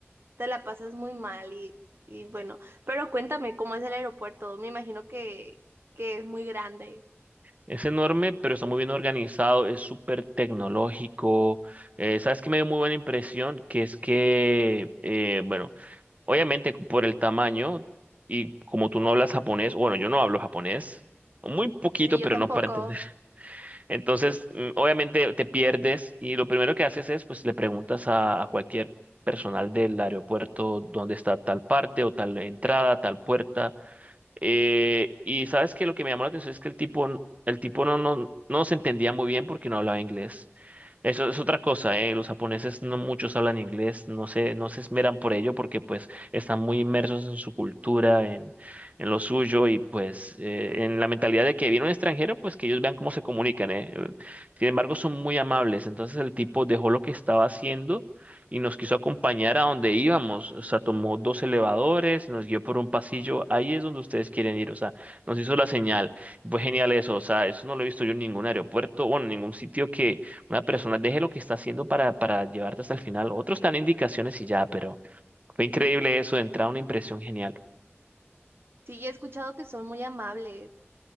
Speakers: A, on the right; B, on the right.
A: te la pasas muy mal y, y bueno, pero cuéntame cómo es el aeropuerto. Me imagino que, que es muy grande.
B: Es enorme, pero está muy bien organizado, es súper tecnológico. Eh, ¿sabes qué me dio muy buena impresión? Que es que, eh, bueno, obviamente por el tamaño y como tú no hablas japonés, bueno, yo no hablo japonés. Muy poquito,
A: Sí, yo
B: pero
A: tampoco.
B: no para entender. Entonces, mm, obviamente te pierdes y lo primero que haces es, pues le preguntas a, a cualquier personal del aeropuerto dónde está tal parte o tal entrada, tal puerta. Eh, y sabes que lo que me llamó la atención es que el tipo, n- el tipo no, no, no nos entendía muy bien porque no hablaba inglés. Eso es otra cosa, ¿eh? Los japoneses no muchos hablan inglés, no se, no se esmeran por ello porque pues están muy inmersos en su cultura, en, en lo suyo y pues eh, en la mentalidad de que viene un extranjero, pues que ellos vean cómo se comunican, ¿eh? eh, Sin embargo, son muy amables. Entonces el tipo dejó lo que estaba haciendo y nos quiso acompañar a donde íbamos. O sea, tomó dos elevadores y nos guió por un pasillo. Ahí es donde ustedes quieren ir. O sea, nos hizo la señal. Fue genial eso. O sea, eso no lo he visto yo en ningún aeropuerto bueno en ningún sitio que una persona deje lo que está haciendo para, para llevarte hasta el final. Otros dan indicaciones y ya, pero fue increíble eso. De entrada, una impresión genial.
A: Sí, he escuchado que son muy amables.